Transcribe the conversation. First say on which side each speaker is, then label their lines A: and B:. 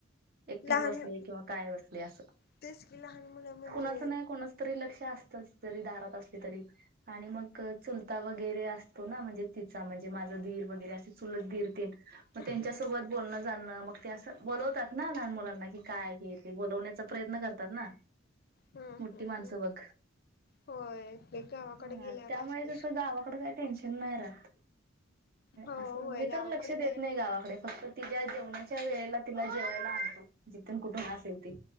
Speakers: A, on the right (about 50°); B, on the left (about 55°).
A: एकटीच
B: लहान
A: बसली किंवा काय बसले असं.
B: तेच की लहान मुलं म्हणजे
A: कुणाच नाही कोणाच तरी लक्ष अस तस जरी दारात असल तरी आणि मग चुलता वगैरे असतो ना. म्हणजे तिचा म्हणजे माझा दीर वगैरे असे सुलत दीर ते, मग
B: हम्म
A: त्यांच्यासोबत बोलण चालणं मग ते असं बोलवतात ना लहान मुलांना. की काय हे ते बोलावण्याचा प्रयत्न करतात ना.
B: हम्म
A: मोठी
B: हम्म
A: माणसं बघ.
B: होय ते गावाकडे
A: हा
B: गेल्यावर
A: त्यामुळे
B: असतेच
A: तस गावाकडे काही टेन्शन नाही राहत.
B: हो
A: असं
B: होय
A: मी
B: गावाकडे
A: तर लक्ष
B: काय
A: देत
B: आठवण
A: नाही गावाकडे फक्त तिच्या जेवणा च्या वेळेला तिला जेवायला आणतो जिथून कुठून असेल ती.